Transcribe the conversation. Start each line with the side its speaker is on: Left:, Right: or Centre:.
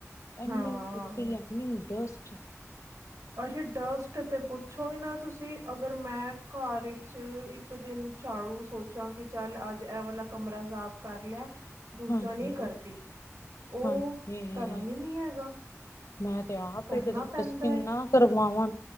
Left: ਐਨੀ
Right: ਹਾਂ
Left: ਮਿੱਟੀ ਐਨੀ ਡੱਸਟ
Right: ਅਰੇ ਡੱਸਟ ਤੇ ਪੁਛੋ ਹੀ ਨਾ ਤੁਸੀ ਅਗਰ ਮੈਂ ਘਰ ਵਿੱਚ ਇੱਕ ਦਿਨ ਚਾੜੂ ਸੋਚਾ ਕਿ ਚੱਲ ਅੱਜ ਇਹ ਵਾਲਾ ਕਮਰਾ ਸਾਫ਼ ਕਰ ਲਿਆ। ਦੂਜਾ
Left: ਹਾਏ
Right: ਨਹੀ ਕਰਦੀ ਉਹ
Left: ਹਾਏ
Right: ਧਰਮ ਈ ਨੀ ਹੈਗਾ।
Left: ਮੈਂ ਤੇ ਆਪ
Right: ਕਰਨਾ
Left: ਇਕ ਦਿਨ
Right: ਪੈਂਦਾ
Left: ਡੱਸਟਿੰਗ
Right: ਏ
Left: ਨਾ ਕਰਵਾ